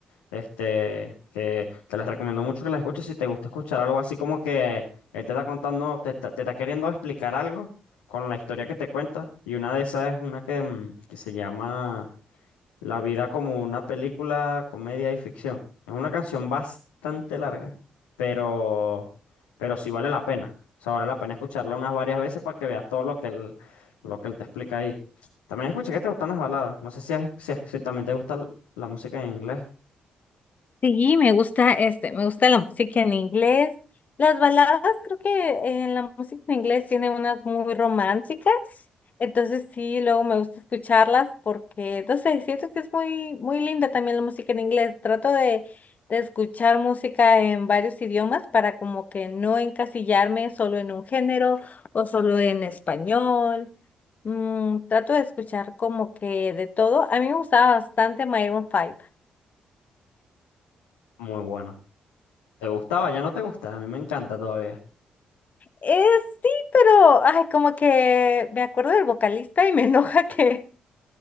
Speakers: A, on the left (about 80°); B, on the left (about 50°).
A: este, que te las recomiendo mucho que las escuches si te gusta escuchar algo así como que él te está contando, te está, te está queriendo explicar algo con la historia que te cuenta. Y una de esas es una que, mm, que se llama La vida como una película, comedia y ficción. Es una canción bastante larga, pero, pero sí vale la pena. O sea, vale la pena escucharla unas varias veces para que veas todo lo que él, lo que él te explica ahí. También escuché que te gustan las baladas. No sé si, es- si, es- si también te gusta l- la música en inglés.
B: Sí, me gusta este, me gusta la música en inglés. Las baladas, creo que eh, la música en inglés tiene unas muy románticas. Entonces sí, luego me gusta escucharlas porque, no sé, siento que es muy, muy linda también la música en inglés. Trato de, de escuchar música en varios idiomas para como que no encasillarme solo en un género o solo en español. Mm, trato de escuchar como que de todo. A mí me gustaba bastante Maroon 5.
A: Muy buena. ¿Te gustaba? Ya no te gusta. A mí me encanta todavía.
B: Eh, sí, pero, ay, como que me acuerdo del vocalista y me <laughs> enoja que,